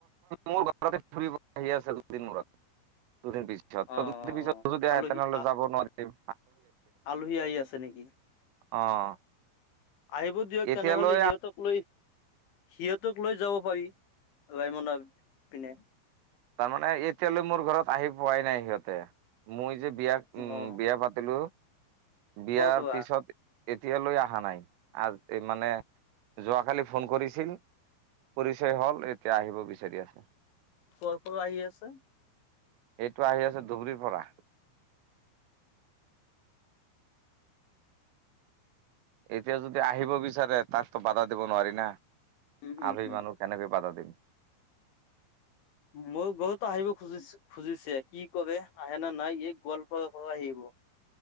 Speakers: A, on the right; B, on the left.
A: মোৰ ঘৰতে ফুৰিব আহি আছে দুদিন মূৰত। দুদিন পিছত
B: অ
A: দুদিন
B: অ
A: পিছত
B: অ
A: যদি
B: আলহী
A: আহে তেনেহ'লে
B: আহ
A: যাব নোৱাৰিম।
B: আলহী আহি আছে নেকি
A: অ'
B: আহিব দিয়ক
A: এতিয়ালৈ
B: তেনেহ'লে সিহঁতক লৈ সিহঁতক লৈ যাব পাৰি ৰায়মনা পিনে।
A: তাৰমানানে এতিয়ালৈ মোৰ ঘৰত আহি পোৱাই নাই সিহঁতে। মই যে- বিয়া উম
B: অ
A: বিয়া পাতিলো। বিয়াৰ
B: ক'ৰ পৰা
A: পিছত- এতিয়ালৈ অহা নাই। আ মানে যোৱাকালি ফোন কৰিছিল। পৰিচয় হ'ল এতিয়া আহিব বিচাৰি আছে।
B: কৰ পৰা আহি আছে?
A: এইটো আহি আছে ধুবুৰীৰ পৰা। এতিয়া যদি আহিব বিচাৰে তাকতো বাধা দিব নোৱাৰি না।
B: উম, উম,
A: আলহী
B: উম।
A: মানুহ কেনেকৈ বাধা দিম।
B: মোৰ বহুত আহিব খুজিছো। খুজিছে কি কৰে আহে নে নাই এই গোৱালপাৰা পৰা আহিব।